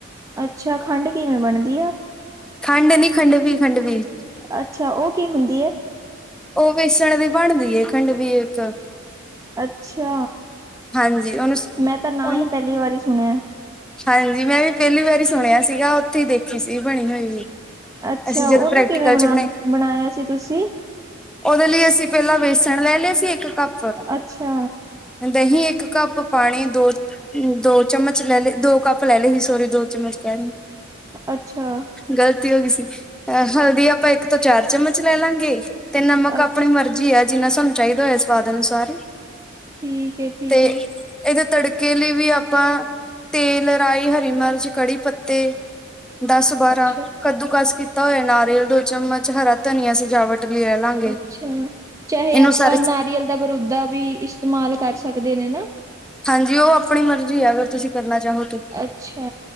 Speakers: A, on the right; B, in the centre.
A: ਅੱਛਾ, ਖੰਡ ਕਿਵੇਂ ਬਣਦੀ ਆ?
B: ਖਾਡ ਨੀ, ਖੰਡਵੀ-ਖੰਡਵੀ।
A: ਅੱਛਾ, ਓ ਕੀ ਹੁੰਦੀ ਏ?
B: ਓ ਵੇਸਣ ਦੀ ਬਣਦੀ ਏ, ਖੰਡਵੀ ਇੱਕ।
A: ਅੱਛਾ,
B: ਹਾਂਜੀ ਉਹਨੂੰ
A: ਮੈਂ ਤਾਂ ਨਾਂ
B: ਉਹਨੂੰ
A: ਈ ਪੈਲੀ ਵਾਰੀ ਸੁਨੇਆ।
B: ਹਾਂਜੀ, ਮੈਂ ਵੀ ਪੈਲੀ ਵਾਰੀ ਸੁਣਿਆ ਸੀਗਾ, ਉੱਥੇਈ ਦੇਖੀ ਸੀ ਬਣੀ ਹੋਈ।
A: ਅੱਛਾ,
B: ਅਸੀਂ ਜਦੋਂ
A: ਓਨੂੰ
B: ਪ੍ਰੈਕਟੀਕਲ
A: ਕਿਵੇਂ ਬਣਾ
B: ਚ
A: ਬਣਾਇਆ ਸੀ ਤੁਸੀ?
B: ਓਦੇ ਲਈ ਅਸੀ ਪੈਲਾਂ ਵੇਸਣ ਲੈ ਲਿਆ ਸੀ, ਇੱਕ ਕੱਪ
A: ਅੱਛਾ।
B: ਦਹੀਂ, ਇੱਕ ਕੱਪ ਪਾਣੀ ਦੋ ਦੋ ਚਮਚ ਲੈ ਲਏ ਦੋ ਕੱਪ ਲੈ ਲਏ ਸੀ ਸੋਰੀ ਦੋ ਚਮਚ ਕਹਿਣ ਰਹੀ ਆਂ
A: ਅੱਛਾ
B: ਗ਼ਲਤੀ ਹੋ ਗਈ ਸੀ ਅ ਹਲਦੀ ਆਪਾਂ ਇੱਕ ਤੋਂ ਚਾਰ ਚਮਚ ਲੈ ਲਾਂਗੇ ਤੇ ਨਮਕ ਆਪਣੀ
A: ਅੱਛਾ
B: ਮਰਜ਼ੀ ਜੀ ਆ ਜਿੰਨਾ ਸਾਨੂੰ ਚਾਹੀਦਾ ਹੋਇਆ ਸਵਾਦ ਅਨੁਸਾਰ
A: ਠੀਕ ਹੈ ਠੀਕ
B: ਤੇ
A: ਹੈ
B: ਇਹਦੇ ਤੜਕੇ ਕੇ ਲਈ ਵੀ ਆਪਾਂ ਤੇਲ ਰਾਈ ਹਰੀ ਮਿਰਚ ਕੜੀ ਪੱਤੇ ਦਸ ਬਾਰਾਂ
A: ਅੱਛਾ
B: ਕੱਦੂ ਕਸ ਕੀਤਾ ਹੋਇਆ ਨਾਰੀਅਲ ਦੋ ਚਮਚ ਹਰਾ ਧਨੀਆ ਸਜਾਵਟ ਲਈ ਲੈ ਲਾਂਗੇ
A: ਅੱਛਾ ਚਾਹੇ
B: ਇਹਨੂੰ
A: ਆਪਾਂ
B: ਸਾਰੇ
A: ਨਾਰੀਅਲ ਦਾ ਬਰੂਦਾ ਵੀ ਇਸਤੇਮਾਲ ਕਰ ਸਕਦੇ ਨੇ ਨਾ
B: ਹਾਂਜੀ ਉਹ ਆਪਣੀ ਮਰਜ਼ੀ ਹੈ ਅਗਰ ਤੁਸੀਂ ਕਰਨਾ ਚਾਹੋ ਤੇ
A: ਅੱਛਾ